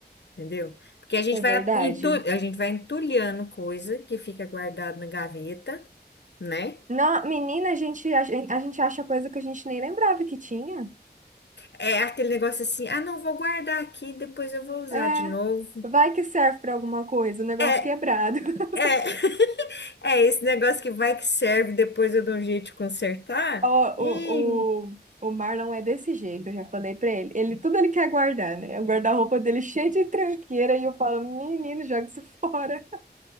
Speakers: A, on the left; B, on the right.
A: entendeu? Porque a gente
B: é
A: vai
B: verdade.
A: entul- a gente vai entulhando coisa que fica guardada na gaveta, né?
B: Na, menina, a gente, a, gen- a gente acha coisa que a gente nem lembrava que tinha.
A: É aquele negócio assim, ah, não, vou guardar aqui, depois eu vou usar
B: É,
A: de novo.
B: vai que serve pra alguma coisa, o negócio
A: É,
B: quebrado. <laughs>
A: é, <laughs> é esse negócio que vai que serve, depois eu dou um jeito de consertar.
B: Ó,
A: E
B: o, o, o Marlon é desse jeito, eu já falei pra ele. Ele, tudo ele quer guardar, né? O guarda-roupa dele cheio de tranqueira e eu falo, menino, joga isso fora.